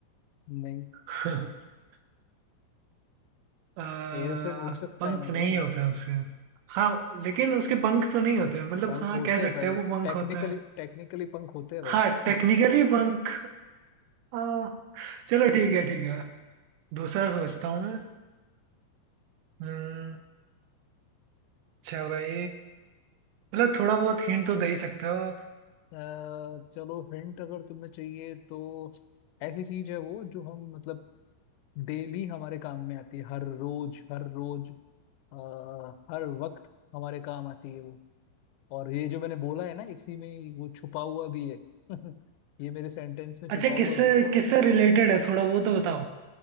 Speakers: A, on the left; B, on the right.
A: नहीं
B: <laughs> आ,
A: एयरप्लेन उड़ सकता
B: पंख
A: है ना
B: नहीं
A: भाई
B: होते हैं उसके हाँ लेकिन उसके पंख तो नहीं होते मतलब
A: पंख
B: हाँ
A: होते
B: कह
A: हैं
B: सकते
A: भाई
B: हैं वो पंख
A: टेक्निकली
B: होते हैं
A: टेक्निकली पंख होते हैं भाई
B: हाँ टेक्निकली
A: <laughs>
B: पंख हाँ चलो ठीक है ठीक है दूसरा सोचता हूँ मैं हम्म, अच्छा भाई मतलब थोड़ा बहुत हिंट तो दे ही सकते हो आप
A: अ, चलो हिंट अगर तुम्हें चाहिए तो ऐसी चीज है वो जो हम मतलब डेली हमारे काम में आती है हर रोज हर रोज आ, हर वक्त हमारे काम आती है वो और ये जो मैंने बोला है ना इसी में ही वो छुपा हुआ भी है <laughs> ये मेरे सेंटेंस में छुपा
B: अच्छा
A: हुआ
B: किससे
A: भी है।
B: किससे रिलेटेड है थोड़ा वो तो बताओ